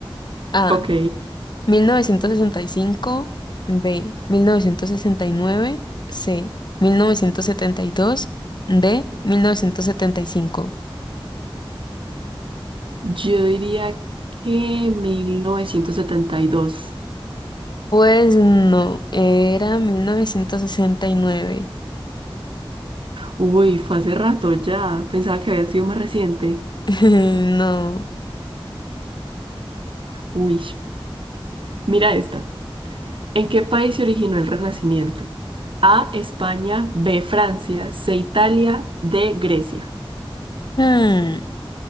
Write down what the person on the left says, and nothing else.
A,
1965, B, 1969, C, 1972, D, 1975.
Pues no, era 1969.
<laughs> No.
Hmm,